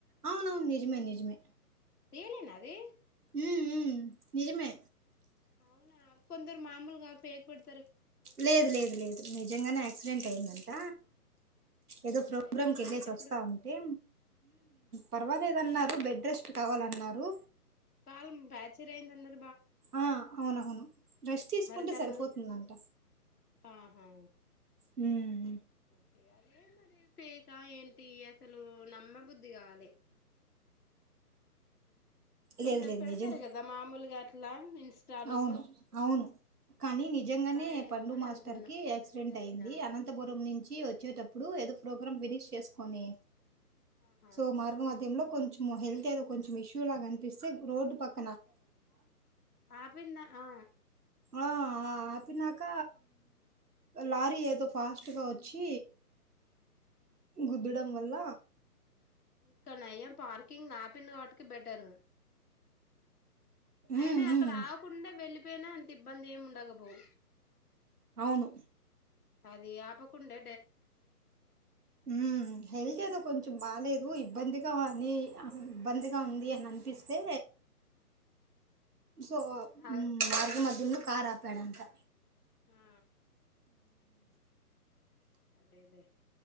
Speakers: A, on the right; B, on the left.
A: అవునవును నిజమే నిజమే
B: రియలేనాది
A: ఉమ్ ఉమ్ నిజమే
B: అవునా కొందరు మామూలుగా ఫేక్ పెడు
A: లేదు లేదు లేదు నిజంగానే యాక్సిడెంట్ అయిందంట ఏదో
B: ఆ
A: ఫోగ్రాం
B: ఎట్లుందంటే
A: క్ ఎళ్ళేసి
B: ఇప్పుడు
A: ఒస్తా ఉంటే పర్వాలేదు న్నారు బెడ్ రెస్ట్ కావాలన్నారు
B: కాల్మ్ ఫ్ర్యాచర్ అయిందన్నరు
A: ఆ అవునవును రెష్ట్ తీసుకుంటే
B: మరి తన
A: సరిపోతుందంట
B: ము ఆహా
A: ఉం
B: ఒకే అదే మరి ఫేకా ఏంటి అసలు నమ్మ బుద్ధిగాలే కొందరు
A: లేదు లేదు
B: పెడతారు
A: నిజం
B: కదా మామూలుగ అట్లా ఇన్స్టాలో
A: అవును అవును కానీ నిజంగానే
B: అలానేమో
A: పండు
B: అని
A: మాస్టర్
B: అనుకున్నా
A: కి యాక్సిడెంట్
B: రియలేనా
A: అయింది అనంతపురం నుంచి ఇ ఒచ్చేటప్పుడు ఏదో ప్రోగ్రాం ఫినిష్ చేసుకొని
B: ఆహా
A: సో మార్గ మధ్యంలో కొంచెం హెల్త్ ఏదో కొంచెం ఇష్యూ లా గనిపిస్తే రోడ్ పక్క
B: ఆ పిన్న ఆ
A: ఆ ఆపినాక లారీ ఏదో ఫాస్ట్గా ఒచ్చీ గుద్దుడం వల్ల
B: ఇంకా నయం పార్కింగ్ ల ఆపందిగావట్కి బెటరు
A: ఉమ్
B: అయినా అక్కడ
A: ఉమ్
B: ఆకుండా వెళ్ళిపోయినా అంత ఇబ్బంది ఏమి ఉండకపోవు
A: అవును
B: అది ఆపకుండే
A: ఉమ్ హెల్త్ ఏదో కొంచెం బాలేదు ఇబ్బందిగా ఉ బందగా ఉంది అని అనిపిస్తే సో
B: ఆ
A: మార్గ మధ్యంలో కార్ ఆపాడంటా
B: ఆ అదేలే